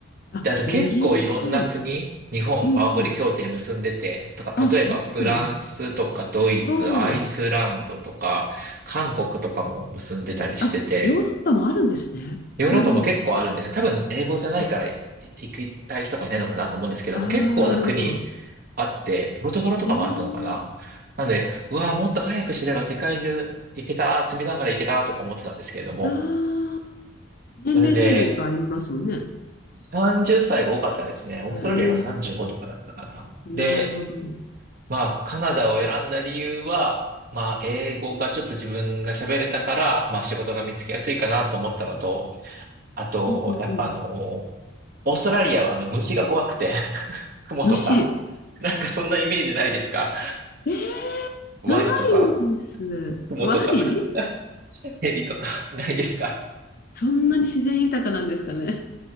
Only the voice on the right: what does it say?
で、あと結構いろんな国、
日本ワーホリ協定結んでて、
とか、
例えばフランスとかドイツ、
アイスランドとか、韓国とかも結んでたりしてて、
ヨーロッパも結構あるんですよ。
多分英語じゃないから行
きたい人がいないのかなと思うんですけども、
結構な国
あって、ポルトガルとかもあったのかな。
なんで、うわーもっと早く知れば世界中行けた、積みながら行けたとか思ってたんですけれども、
それで、30歳が多かったですね。オーストラリアが35とかだったかな。
で、
まあ、カナダを選んだ理由は、まあ、英語がちょっと自分が喋れたから、まあ、仕事が見つけやすいかなと思ったのと、あと、
やっぱあの、オーストラリアはあの、虫が怖くて、<laughs> クモとか、
なんかそんなイメージないですか
ワニとか、
クモとか、
<laughs> ヘビとか、ないですか